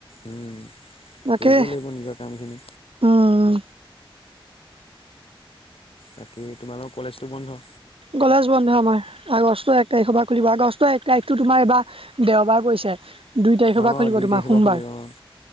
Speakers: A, on the left (about 85°); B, on the right (about 80°).
A: উম,
B: তাকে
A: পঢ়িবই লাগিব নিজক কাম খিনি।
B: উম
A: বাকী তোমালোকৰ কলেজটো বন্ধ?
B: কলেজ বন্ধ আমাৰ, আগষ্টৰ এক তাৰিখৰ পৰা খুলিব আগষ্টৰ এক তাৰিখটো তোমাৰ এইবাৰ দেওবাৰ পৰিছে। দুই তাৰিখৰ
A: অ',
B: পৰা খুলিব
A: দুই
B: তোমাৰ
A: তাৰিখৰ
B: সোমবাৰ
A: পৰা খুলিব অ',